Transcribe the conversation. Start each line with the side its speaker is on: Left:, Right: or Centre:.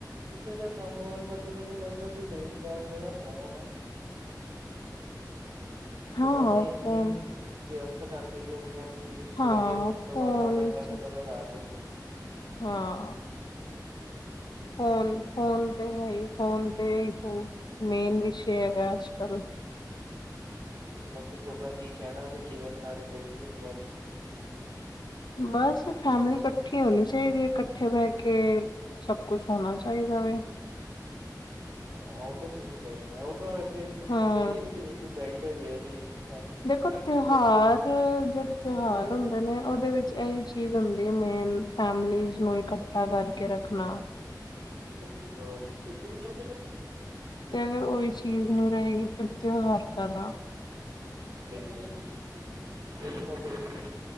Right: ਕਿਸੇ ਦਾ ਕੰਮ ਵੱਲ ਬਾਕੀ ਮੈਨੂੰ ਲੱਗਦਾ ਵੀ ਮੇਨ ਕਾਰਨ ਇਹਦਾ ਫੋਨ ਹੈ।
Left: ਹਾਂ
Right: ਫੋਨ ਨੇ ਇੰਨੀ
Left: ਉਹ
Right: ਵਿਅਸਤ ਕਰਦੀ ਦੁਨੀਆਂ ਵੀ ਸਵੇਰੇ
Left: ਹਾਂ
Right: ਉੱਠਣ ਤੋਂ
Left: ਫੋਨ
Right: ਬਾਅਦ ਪਤਾ ਲੱਗਦਾ
Left: ਵਿੱਚ
Right: ਕਦੋਂ ਰਾਤ ਹੋ ਗਈ
Left: ਹਾਂ ਫੋਨ ਫੋਨ ਤੇ ਹੈ ਹੀ ਫੋਨ ਤੇ ਇਕ ਉਹ ਮੇਨ ਵਿਸ਼ੇ ਹੈਗਾ ਅੱਜ ਕੱਲ
Right: ਬਾਕੀ ਤੁਹਾਡਾ ਕੀ ਕਹਿਣਾ ਵੀ ਕਿਵੇਂ ਬਣਾਉਣੀ ਚਾਹੀਦੀ ਐ ਦਿਵਾਲੀ
Left: ਬਸ ਫੈਮਲੀ ਇਕੱਠੀ ਹੋਣੀ ਚਾਹੀਦੀ ਇਕੱਠੇ ਬਹਿ ਕੇ ਸਭ ਕੁਛ ਹੋਣਾ ਚਾਹੀਦਾ ਵੇ
Right: ਹਾਂ ਉਹ ਤਾਂ ਚੀਜ਼ ਮੇਨ ਹੈ ਉਹ ਤਾਂ ਵੈਸੇ
Left: ਹਾਂ
Right: ਡੇਲੀ ਰੂਟੀਨ ਚ ਚਾਹੀਦਾ ਹੀ ਹੈ ਵੀ, ਫੈਮਲੀ ਇਕੱਠੇ
Left: ਦੇਖੋ ਤਿਉਹਾਰ
Right: ਬੈਠੇ।
Left: ਜਿਹੜੇ ਤਿਉਹਾਰ
Right: ਸਹੀ ਗੱਲ
Left: ਹੁੰਦੇ ਨੇ ਉਹਦੇ ਵਿੱਚ ਇਹੀ ਚੀਜ਼ ਹੁੰਦੀ ਹੈ ਮੇਨ ਫੈਮਲੀਜ਼ ਨੂੰ ਇਕੱਠਾ ਕਰਕੇ ਰੱਖਣਾ
Right: ਭੈਣ ਜੀ ਵੋ <unintelligible>
Left: ਤੇ ਅਗਰ ਉਹੀ ਚੀਜ਼ ਨਹੀਂ ਰਹੇਗੀ ਫਿਰ ਤਿਉਹਾਰ ਕਾਹਦਾ
Right: ਸਹੀ ਗੱਲ <unintelligible> ਦੇਖੋ ਉਹ ਸਹੀ